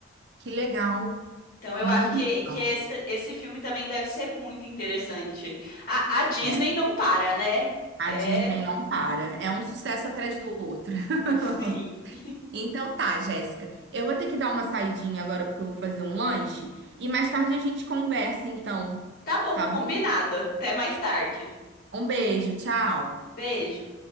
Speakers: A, on the right; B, on the left.
A: que legal.
B: Então, eu
A: Muito
B: acho que,
A: legal.
B: que esse, esse filme também deve ser muito interessante. A, a Disney
A: É,
B: não para, né?
A: a
B: É,
A: Disney não para. É um sucesso atrás do outro. <laughs>
B: sim. <laughs>
A: Então tá, Jéssica. Eu vou ter que dar uma saidinha agora porque eu vou fazer um lanche e mais tarde a gente conversa, então,
B: Tá bom,
A: tá
B: combinado.
A: bom?
B: Até mais tarde.
A: Um beijo, tchau.
B: Beijo.